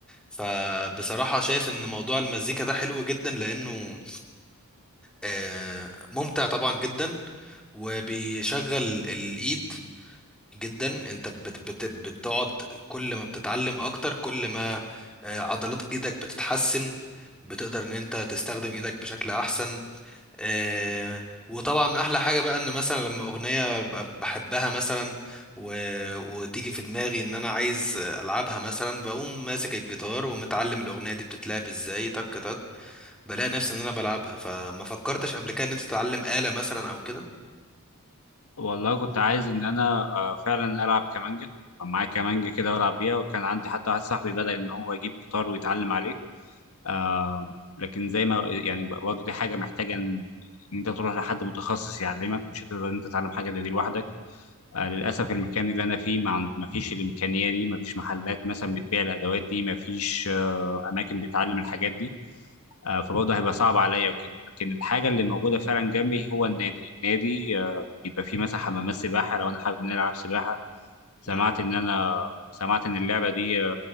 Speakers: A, in the centre; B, on the left.
A: فبصراحه شايف ان موضوع المزيكا ده حلو جدا لانه آه، ممتع طبعا جدا وبيشغل الايد جدا انت بت بت بتقعد كل ما بتتعلم اكتر كل ما آه، عضلات ايدك بتتحسن بتقدر ان انت تستخدم ايدك بشكل احسن آه، وطبعا احلى حاجة بقى ان مثلا لما اغنية ببقى بحبها مثلا و... وتيجي في دماغي ان انا عايز العبها مثلا بقوم ماسك الجيتار ومتعلم الاغنية دي بتتلعب ازاي تك تك بلاقي نفسي ان انا بلعبها فما فكرتش قبل كده ان انت تتعلم آلة مثلا او كده
B: والله كنت عايز ان انا آه، فعلا العب كمانجا كان معايا كمانجا كده والعب بيها وكان عندي حتى واحد صاحبي بدأ ان هو يجيب جيتار ويتعلم عليه آه لكن زي ما يعني برضه دي حاجه محتاجه ان إن انت تروح لحد متخصص يعلمك مش هتقدر إن انت تتعلم حاجه زي دي لوحدك آه للاسف المكان اللي انا فيه ما عند- ما فيش الامكانيه دي ما فيش محلات مثلا بتبيع الادوات دي ما فيش آه اماكن بتعلم الحاجات دي آه فبرضه هيبقى صعب عليا وكده لكن الحاجه اللي موجوده فعلا جنبي هو النادي نادي آه، يبقى في مثلا حمامات سباحة لو أنا حابب نلعب سباحة سمعت
A: امم
B: إن أنا سمعت إن اللعبة دي